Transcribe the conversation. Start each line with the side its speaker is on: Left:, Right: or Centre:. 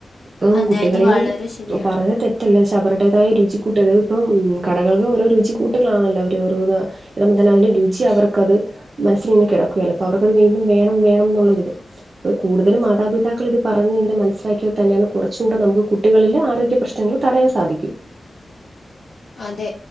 Right: ഉം
Left: അതെ
Right: കുട്ടികളെയും
Left: അത് വളരെ ശരിയാണ്
Right: പറയ തെറ്റ റ്റെല്ലാം സവറടേതായ രുചിക്കൂട്ടിയത്, ഇപ്പം കടകൾള് ഓരോ രുചിക്കൂട്ടുകളാണല്ലോ. അവർ ഓരോന്ന്. <unintelligible> രുചി അവർക്ക് അത് മനസ്സിൽ ഇങ്ങനെ കിടക്കുകയല. അവർക്കത് വീണ്ടും വേണം, വേണം, ന്നുള്ളരുത്. കൂടുതലും മാതാപിതാ മക്കളിത് പറഞ്ഞ ങ്ങനെ മനസിലാക്കി യ തന്നെയാണ് കുറച്ചുടെ നമുക്ക് കുട്ടികളെ ആരോഗ്യ പ്രശ്നങ്ങൾ തടയാൻ സാധിക്കും.
Left: അതെ